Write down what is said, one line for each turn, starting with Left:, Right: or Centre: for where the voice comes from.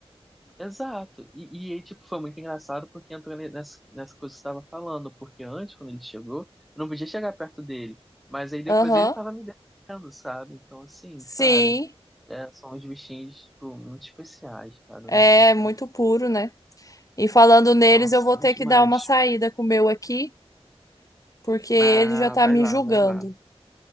Centre: Exato. E, e aí, tipo, foi muito engraçado porque entrou ne- nessa, nessa coisa que você estava falando, porque antes, quando ele chegou, eu não podia chegar perto dele. Mas aí depois
Left: Aham.
Centre: ele tava me defendendo, sabe? Então, assim,
Left: Sim.
Centre: cara, é, são uns bichinhos, tipo, muito especiais, cara. Não,
Left: É
Centre: não tem...
Left: muito puro, né? E falando neles,
Centre: Nossa,
Left: eu vou
Centre: são
Left: ter
Centre: demais.
Left: que dar uma saída com o meu aqui, porque ele
Centre: Ah,
Left: já tá
Centre: vai
Left: me
Centre: lá,
Left: julgando.
Centre: vai lá.